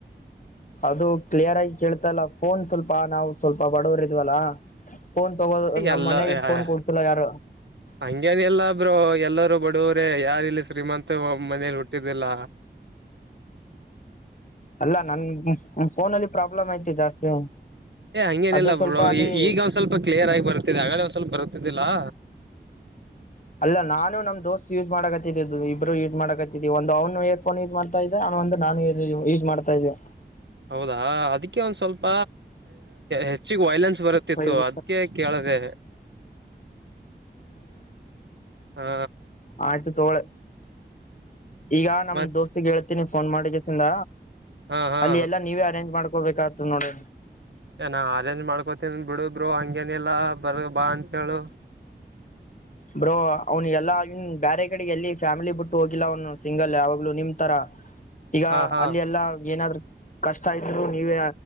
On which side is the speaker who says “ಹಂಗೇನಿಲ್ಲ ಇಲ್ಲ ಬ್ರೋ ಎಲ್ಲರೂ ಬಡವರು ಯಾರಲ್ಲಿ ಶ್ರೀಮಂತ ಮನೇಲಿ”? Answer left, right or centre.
Right